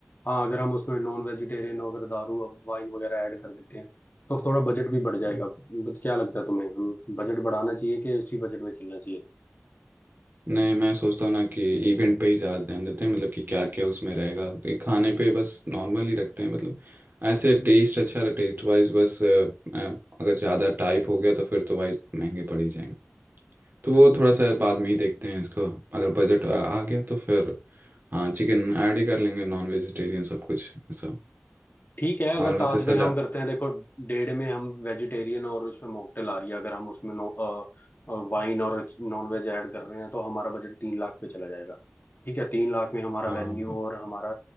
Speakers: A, on the left; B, on the right.
A: हाँ अगर हम उसमें नॉन वेजिटेरियन अगर दारू और वाइन वगैरह ऐड कर देते हैं तो थोड़ा बजट भी बढ़ जाएगा
B: हाँ
A: बट क्या लगता है तुम्हें हम बजट बढ़ाना चाहिए कि उसी बजट में चलना चाहिए
B: नहीं मैं सोचता हूँ ना कि इवेंट पे ही ज़्यादा ध्यान देते हैं मतलब कि क्या क्या उसमें रहेगा ये खाने पे बस नॉर्मल ही रखते हैं मतलब ऐसे टेस्ट अच्छा रहे टेस्ट वाइज बस अ, अ, अगर ज़्यादा टाइप हो गया तो फिर तो भाई महंगे पड़ ही जाएंगे तो वो थोड़ा सा बाद में ही देखते हैं इसको अगर बजट आ आ गया तो फिर हाँ चिकन ऐड ही कर लेंगे नॉन वेजिटेरियन सब कुछ ऐसा
A: ठीक है
B: और
A: अगर
B: वैसे
A: ताज
B: सजा
A: में हम करते हैं देखो डेढ़ में हम वेजिटेरियन और उसमें मॉकटेल आ रही है अगर हम उसमें नो वाइन और नॉन वेज ऐड कर रहे हैं तो हमारा बजट तीन लाख पे चला जाएगा ठीक है तीन लाख में हमारा
B: हाँ
A: वेन्यू और हमारा